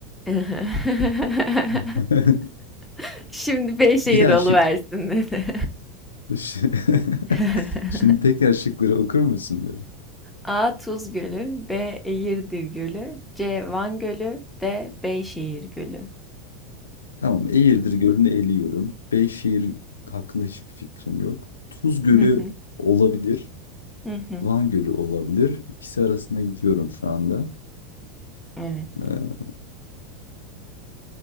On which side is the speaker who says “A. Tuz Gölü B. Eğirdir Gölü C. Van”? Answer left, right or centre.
Centre